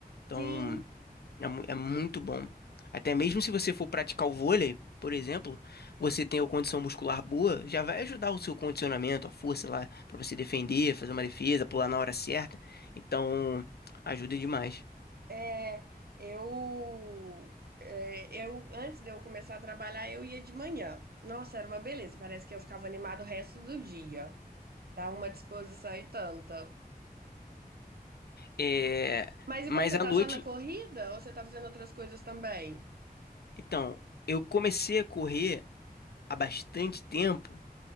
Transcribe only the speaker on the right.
Sim,
é, eu, é, eu antes de eu começar a trabalhar, eu ia de manhã. Nossa, era uma beleza, parece que eu ficava animado o resto do dia. Dá uma disposição e tanta.
Mas
e você,
tá
só na corrida ou você tá fazendo outras coisas também?